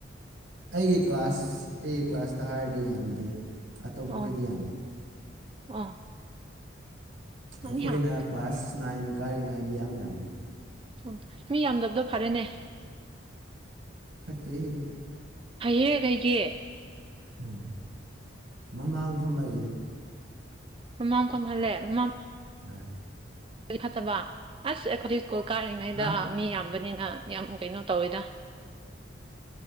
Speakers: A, on the right (about 85°); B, on the right (about 25°).
A: ꯑꯩꯒꯤ ꯀ꯭ꯂꯥꯁ ꯑꯩꯒꯤ ꯀ꯭ꯂꯥꯁꯇ ꯍꯥꯏꯔꯗꯤ ꯌꯥꯝꯗꯦ ꯑꯇꯣꯞꯄꯍꯣꯏꯗꯤ
B: ꯑꯣ
A: ꯌꯥꯝꯃꯦ
B: ꯑꯣ ꯑꯅꯤꯍꯥ
A: ꯑꯩꯈꯣꯏꯅ ꯀ꯭ꯂꯥꯁ ꯅꯥꯏꯟ ꯀꯥꯔꯤꯉꯩꯗꯤ ꯌꯥꯝ ꯌꯥꯝꯃꯤ
B: ꯑꯣ ꯃꯤ ꯌꯥꯝꯗꯕꯗꯣ ꯐꯔꯦꯅꯦ
A: ꯐꯠꯇꯦꯍꯦ
B: ꯐꯩꯍꯦ ꯀꯩꯒꯤ
A: ꯎꯝ ꯃꯃꯥꯡ ꯐꯝꯍꯜꯂꯦ
B: ꯃꯃꯥꯡ ꯐꯝꯍꯜꯂꯦ ꯃꯃꯥꯡ
A: ꯑꯥ
B: ꯐꯠꯇꯕ ꯑꯁ ꯑꯩꯈꯣꯏꯗꯤ ꯁ꯭ꯀꯨꯜ ꯀꯥꯔꯤꯉꯩꯗ
A: ꯍꯥ
B: ꯃꯤ ꯌꯥꯝꯕꯅꯤꯅ ꯌꯥꯝ ꯀꯩꯅꯣ ꯇꯧꯋꯤꯗ